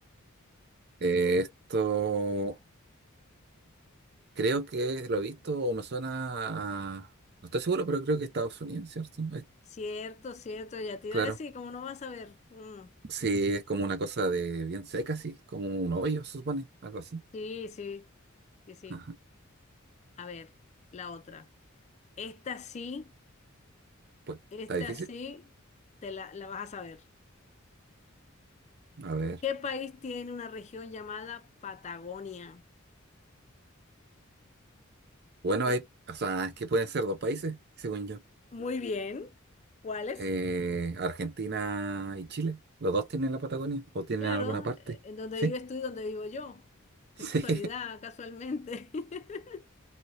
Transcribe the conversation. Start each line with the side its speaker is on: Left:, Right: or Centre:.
Right: Eh, esto creo que lo he visto o me suena a... No estoy seguro, pero creo que Estados Unidos, ¿cierto? Eh,
Left: Cierto, cierto, ya te iba
Right: claro.
Left: a decir, ¿cómo no vas a ver? Mm,
Right: Sí, es como una cosa de bien seca, sí, como un hoyo, se supone, algo así.
Left: sí, sí, sí, sí.
Right: Ajá.
Left: A ver, la otra. Esta sí,
Right: Pues
Left: esta
Right: está difícil.
Left: sí, te la, la vas a saber.
Right: A ver.
Left: ¿Qué país tiene una región llamada Patagonia?
Right: Bueno,
Left: Es-
Right: hay, o sea, es que pueden ser dos países, según yo.
Left: Muy bien. ¿Cuáles?
Right: Eh, Argentina y Chile. ¿Los dos tienen la Patagonia o tienen
Left: Claro,
Right: alguna parte?
Left: eh, en donde
Right: Sí,
Left: vives tú y donde vivo yo. Qué
Right: <laughs>
Left: casualidad,
Right: sí,
Left: casualmente. <laughs>